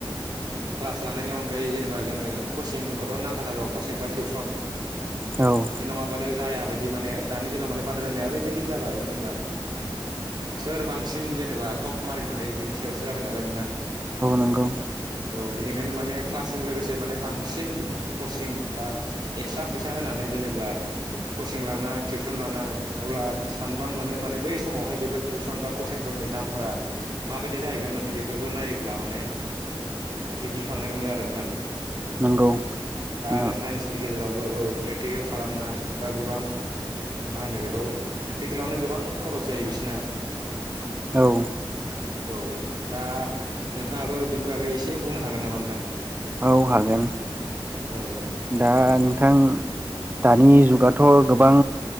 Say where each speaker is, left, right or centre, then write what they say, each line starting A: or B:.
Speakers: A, on the right; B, on the right.
A: क्लास लानायनि अनगायै जेनेबा जोंनो कचिंखौथ' नांखाथारगौ कचिं बा टिउसन।
B: औ।
A: बे नङाबानो जाया बायदि माने दानि दिनाव माने बादायलायनाया ओरैबायदि जाबाय जेनेब्ला सोर बांसिन जेनेबा टप मारिनो हायो बिनि सायावसो जाबाय नालाय नोंथां।
B: नंगौ औ
A: औ बेनिखायनो माने क्लासजों लोगोसे माने बांसिन कचिं बा एक्सट्रा फैसा होनानै जेनेब्ला कचिं लानाय टिउसन लानाय अब्ला सानबा मोनो माने बै समावहाय बेफोर टिउसन बा कचिंफोर नि दामफोरा माबादि जाहैगोन माने बेफोरखौ नायोब्ला माने एसे गिखांनाय मोनो आरो नोंथां
B: नंगौ
A: दा
B: नोंथां
A: आरो साइन्सनि गेजेराव ओ औ प्रेकटिकेल खालामनाय बा गोबां मा होनो बेखौ प्रेक्टिकेलावनो गोबां खरस जायो बिसिना।
B: औ
A: औ दा नोंथाङाबो बेनि बागै एसे बुंनो हागोन नामा नोंथां?
B: औ हागोन।
A: औ
B: दा नोंथां दानि जुगाथ' गोबां